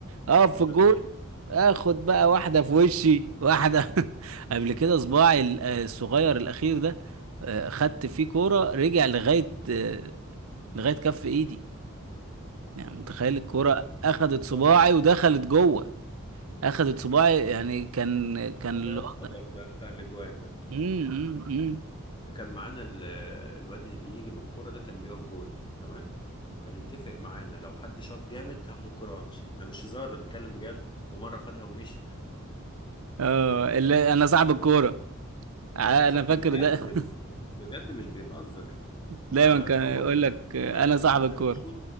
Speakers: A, on the right; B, on the left.
A: اقف
B: احنا
A: في
B: كنا
A: الجول
B: بنعمل
A: اخد بقى
B: كنا-
A: واحده في وشي واحده <laughs> قبل كده صباعي ال- آه، الصغير الاخير ده آه، خدت فيه كوره رجع لغايه آه، لغايه كف ايدي يعني متخيل الكوره
B: ياه،
A: اخدت
B: دي الاصابه
A: صباعي
B: اه
A: ودخلت جوه اخدت صباعي يعني كان كان
B: هو
A: الوضع
B: ده القدر بقى بتاع الاجوان ده
A: امم امم أمم.
B: كان معانا ال- الواد اللي بيجي بالكوره ده كان بيقف جون تمام كان يتفق معانا لو حد شاط جامد هاخد الكوره وامشي ده مش هزار ده بيتكلم بجد ومره خدها ومشي
A: اه اللي انا صاحب الكوره ع- انا فاكر
B: بجد
A: ده <laughs>
B: بجد مش بيهزر
A: دايما
B: ده
A: كان
B: هو
A: يقول
B: قال
A: لك
B: لك
A: آه،
B: قال لك
A: انا صاحب
B: قال
A: الكوره
B: لك شوط